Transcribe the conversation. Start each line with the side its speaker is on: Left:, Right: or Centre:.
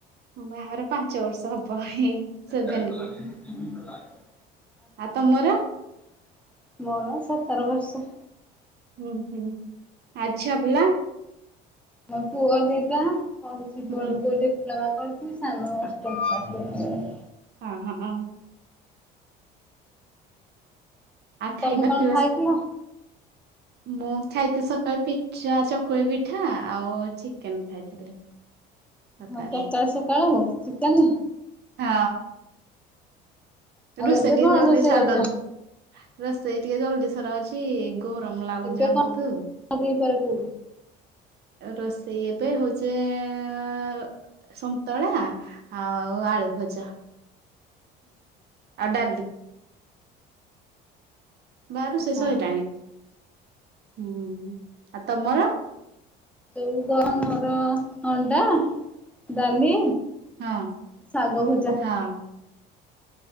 Right: ବାହାଘର ପାଞ୍ଚ ବର୍ଷ ହବ ଏଇ ସେଭେନ
Centre: ଓହୋ।
Right: କୁ ଆଉ ତମର?
Centre: ମର ସତର ବର୍ଷ।
Right: ହୁଁ -ହୁଁ ଆଉ ଛୁଆ ପିଲା?
Centre: ମୋ ପୁଅ ଦି ଟା ପଢୁଚି
Right: ହୁଁ।
Centre: ବଡ ପୁଅ ଡିପ୍ଲୋମା କରୁ ସାନ <unintelligible>
Right: ହଁ- ହଁ-ହଁ। ଆଉ ଖାଇବା
Centre: ତମେ କଣ
Right: ପିଇବା
Centre: ଖାଇଥିଲ?
Right: ମୁଁ ଖାଇଥିଲି ସକାଳେ ପିଠା ଚକୁଳି ପିଠା ଆଉ ଚିକେନ୍ ଖାଇଥିଲି। ସକାଳେ
Centre: ଓ ସକାଳୁ ସକାଳୁ ଚିକେନ୍।
Right: ହଁ।
Centre: ଆଉ
Right: ରୋଷେଇ
Centre: ଏବେ
Right: ଟିକେ
Centre: କଣ
Right: ଜଲ୍ଦି
Centre: ରୋଷେଇ
Right: ସାରିଦଉଚି
Centre: କରିଛ?
Right: ରୋଷେଇ ଟିକେ ଜଲଦି ସରା ହଉଚି ଗରମ୍ ଲାଗୁଚି
Centre: ଏବେ
Right: ନା
Centre: କଣ
Right: ବହୁତୁ।
Centre: ଦିପହରେ କୁ
Right: ରୋଷେଇ ଏବେ ହଉଚି ଏଁ ଏ- ସନ୍ତଳା ଆଉ ଆଳୁ ଭଜା। ଆଉ ଡାଲି ବାହାରୁ ଶେଷ
Centre: ହଁ।
Right: ହେଲାଣି। ହୁଁ ଆଉ ତମର?
Centre: ଏଇ <unintelligible> ମୋର ଅଣ୍ଡା, ଡାଲି
Right: ହଁ
Centre: ଶାଗ ଭଜା।
Right: ହଁ।